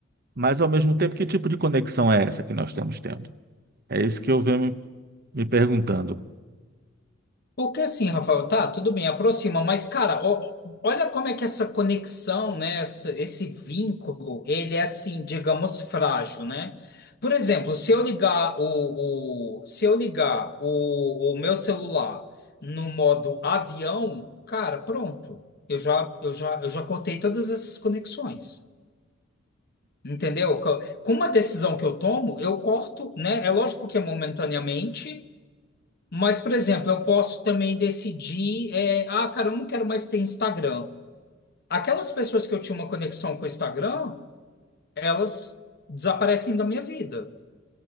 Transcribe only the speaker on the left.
Porque assim, Rafael, tá, tudo bem, aproxima, mas cara, ó- olha como é que essa conexão, né, essa- esse vínculo, ele é assim, digamos, frágil, né? Por exemplo, se eu ligar o, o- se eu ligar o, o meu celular no modo avião, cara, pronto, eu já, eu já, eu já cortei todas essas conexões. Entendeu? Co- Com uma decisão que eu tomo, eu corto, né? É lógico que é momentaneamente, mas, por exemplo, eu posso também decidir, é, ah, cara, eu não quero mais ter Instagram. Aquelas pessoas que eu tinha uma conexão com o Instagram, elas desaparecem da minha vida.